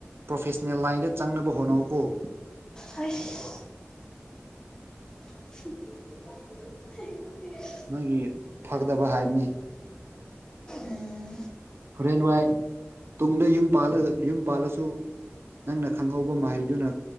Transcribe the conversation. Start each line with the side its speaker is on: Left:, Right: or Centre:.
Right: ꯄ꯭ꯔꯣꯐꯦꯁꯅꯦꯜ ꯂꯥꯏꯟꯗ ꯆꯪꯅꯕ ꯍꯣꯠꯅꯧꯀꯣ
Left: ꯍꯣꯏ <unintelligible> <inaudible> <unintelligible>
Right: ꯅꯣꯏꯒꯤ ꯐꯗꯕ ꯍꯥꯏꯕꯅꯦ꯫
Left: ꯎꯝ
Right: ꯍꯣꯔꯦꯟ ꯋꯥꯏ ꯇꯨꯡꯗ ꯌꯨꯝꯄꯥꯜꯂꯒ ꯌꯨꯝ ꯄꯥꯜꯂꯁꯨ꯫ ꯅꯪꯅ ꯈꯪꯍꯧꯕ ꯃꯍꯩꯗꯨꯅ